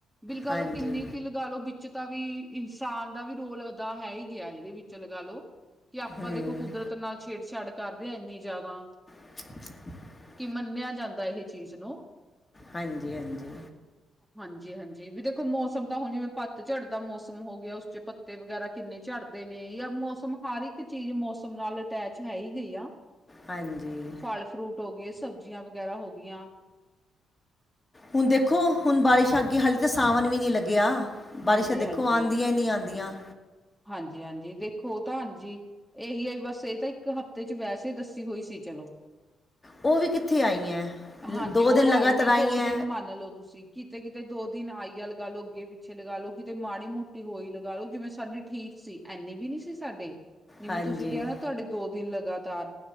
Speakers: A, in the centre; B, on the left (about 20°).
A: ਬਿਲਕੱਲ
B: ਹਾਂਜੀ
A: ਉਹ ਕਿੰਨੀ ਕੁ ਲਗਾ ਲੋ ਵਿੱਚ ਤਾਂ ਵੀ ਇਨਸਾਨ ਦਾ ਵੀ ਰੋਲ ਅਦਾ ਹੈ ਹੀ ਗਿਆ ਇਹਦੇ ਵਿੱਚ ਲਗਾ ਲਓ ਕਿ ਆਪਾਂ
B: ਹੂੰ
A: ਦੇਖੋ ਕੁਦਰਤ ਨਾਲ ਛੇੜਛਾੜ ਕਰਦੇ ਹਾਂ ਇੰਨੀ ਜ਼ਿਆਦਾ
B: <unintelligible>
A: ਕਿ ਮੰਨਿਆ ਜਾਂਦਾ ਇਹ ਚੀਜ਼ ਨੂੰ
B: ਹਾਂਜੀ ਹਾਂਜੀ
A: ਹਾਂਜੀ ਹਾਂਜੀ ਵੀ ਦੇਖੋ ਮੌਸਮ ਤਾਂ ਹੁਣ ਜਿਵੇਂ ਪੱਤਝੜ ਦਾ ਮੌਸਮ ਹੋ ਗਿਆ ਉਸ ਚ ਪੱਤੇ ਵਗੈਰਾ ਕਿੰਨੇ ਝੜਦੇ ਨੇ ਜਾਂ ਮੌਸਮ ਹਰ ਇੱਕ ਚੀਜ਼ ਮੌਸਮ ਨਾਲ ਅਟੈਚ ਹੈ ਹੀ ਗਈ ਆ
B: ਹਾਂਜੀ
A: ਫਲ ਫਰੂਟ ਹੋ ਗਏ ਸਬਜ਼ੀਆਂ ਵਗੈਰਾ ਹੋ ਗਇਆਂ
B: ਹੁਣ ਦੇਖੋ ਹੁਣ ਬਾਰਿਸ਼ ਅੱਗੇ ਹਾਲੇ ਤਾਂ ਸਾਵਣ ਵੀ ਨਹੀਂ ਲੱਗਿਆ ਬਾਰਿਸ਼ਾਂ
A: ਹਾਂਜੀ
B: ਦੇਖੋ
A: ਹਾਂਜੀ
B: ਆਉਦੀਆਂ ਹੀ ਨਹੀਂ ਆਂਦਿਆਂ
A: ਹਾਂਜੀ ਹਾਂਜੀ ਦੇਖੋ ਤਾਂ ਹਾਂਜੀ ਇਹੀ ਹੈ ਵੀ ਬਸ ਇਹ ਤਾਂ ਇੱਕ ਹਫ਼ਤੇ ਚ ਵੈਸੇ ਦੱਸੀ ਹੋਈ ਸੀ ਚਲੋ
B: ਉਹ ਵੀ ਕਿੱਥੇ ਆਈਆਂ ਲ-
A: ਹਾਂਜੀ
B: ਦੋ
A: ਉਹ
B: ਦਿਨ ਲਗਾਤਾਰ
A: ਆਈ ਨੀ
B: ਆਈਆਂ
A: ਦੋ ਦਿਨ ਮੰਨ ਲਓ ਤੁਸੀਂ ਕਿਤੇ ਕਿਤੇ ਦੋ ਦਿਨ ਆਈ ਆ ਲਗਾ ਲੋ ਅੱਗੇ ਪਿੱਛੇ ਲਗਾ ਲੋ ਕਿਤੇ ਮਾੜੀ ਮੋਟੀ ਹੋਈ ਲਗਾ ਲੋ ਜਿਵੇਂ ਸਾਡੀ ਠੀਕ ਸੀ ਐੰਨੇ ਵੀ ਨਹੀਂ ਸੀ ਸਾਡੇ ਜਿਵੇਂ
B: ਹਾਂਜੀ
A: ਤੁਸੀਂ ਕਿਹਾ ਨਾ ਤੁਹਾਡੇ ਦੋ ਦਿਨ ਲਗਾਤਾਰ